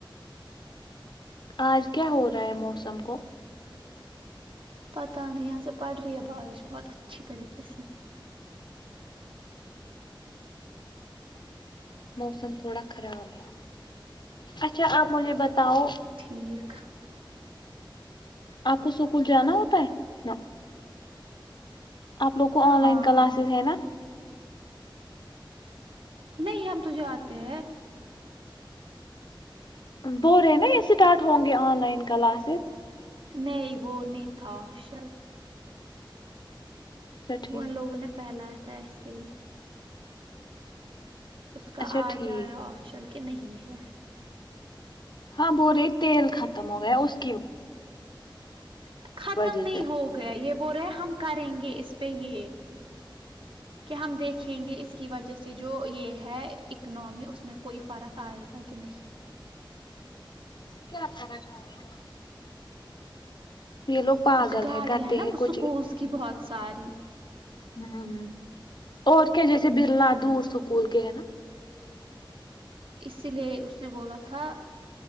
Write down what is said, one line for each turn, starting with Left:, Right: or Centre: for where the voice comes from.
Left: آج کیا ہو رہا ہے موسم کو
Right: پتا نہیں یہاں سے پڑ رہی ہے بارش بہت اچھی طریقے سے
Left: موسم تھوڑا خراب ہے اچھا آپ مجھے بتاؤ
Right: ٹھیک
Left: آپ کو سوکھ اسکول جانا ہوتا ہے نا آپ لوگ کو آن
Right: ہاں
Left: لائن کلاسز ہے نا
Right: نہیں ہم تو جاتے ہیں
Left: ب رہے ہیں نا یہ اسٹارٹ ہوں گے آن لائن کلاسز
Right: نہیں وہ نہیں تھا افشل
Left: اچھا ٹھیک
Right: ان لوگوں نے پھیلایا تیسی اس کا
Left: اچھا
Right: آ
Left: ٹھیک
Right: جایا آپشل کہ نہیں ہے
Left: ہاں بو رہی تیل کات ختم ہو گیا اس کی
Right: <inaudible> ختم
Left: وجہ
Right: نہیں
Left: سے
Right: ہو گیا یہ ب رہے ہم کریں گے اس پہ یہ کہ ہم دیکھیں گے اس کی وجہ سے جو یہ ہے اکنمی اس میں کوئی فرق آئے گا کہ نہیں
Left: کیا پ آئے گا یہ لوگ پاگل
Right: جو گاڑیاں
Left: ہے کرتے
Right: ہیں نا
Left: کچھ
Right: سکولس کی بہت ساری
Left: ہ اور کیا جیسے برلا دور سکول کے ہیں نا
Right: اسی لیے اس نے بولا تھا